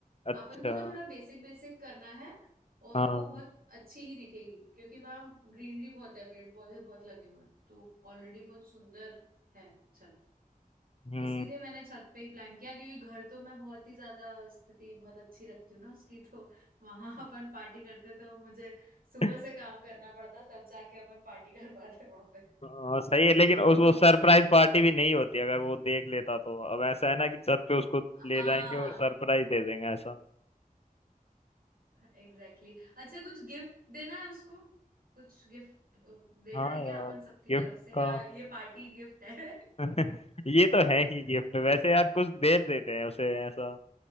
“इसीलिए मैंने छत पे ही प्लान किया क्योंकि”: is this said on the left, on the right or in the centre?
Right